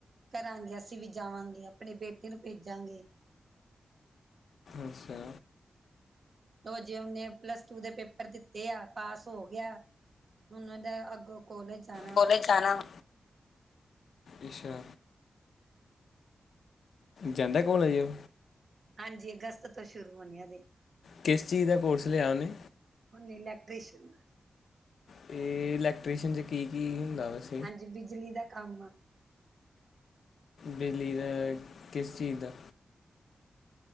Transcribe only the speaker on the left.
ਅੱਛਾ।
ਕੋੋਲਜ
ਜਾਣਾ ਵਾ। ਅੱਛਾ। ਜਾਂਦਾ ਕੋਲਜ ਓ?
ਕਿਸ ਚੀਜ਼ ਦਾ ਕੋਰਸ ਲਿਆ ਓਨੇ?
ਤੇ ਇਲੈਕਟ੍ਰੀਸ਼ਨ 'ਚ ਕੀ ਕੀ ਹੁੰਦਾ ਵੈਸੇ।
ਬਿੱਜਲੀ ਦਾ ਕਿਸ ਚੀਜ਼ ਦਾ?